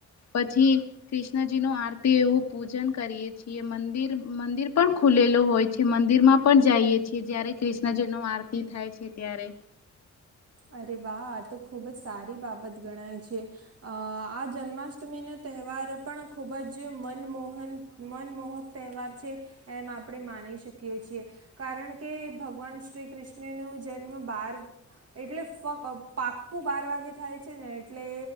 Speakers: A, on the left; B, on the right.
A: પછી કૃષ્ણજી નું આરતી એવું પૂજન કરીએ છીએ, મંદિર મંદિર પણ ખુલેલો હોય છે, મંદિરમાં પણ જાઈએ છીએ, જયારે કૃષ્ણજીનો આરતી થાય છે, ત્યારે
B: અરે વાહ આ તો ખુબજ સારી બાબત ગણાય છે, અ આ જન્માષ્ટમીને તહેવાર પણ ખૂબજ મનમોહન મનમોહક તહેવાર છે, એમ આપણે માન શકીએ છીએ, કારણ કે ભગવાન શ્રી કૃષ્ણનો જન્મ બાર એટલે ફક્ પાક્કું બાર વાગે થાય છે, ને એટલે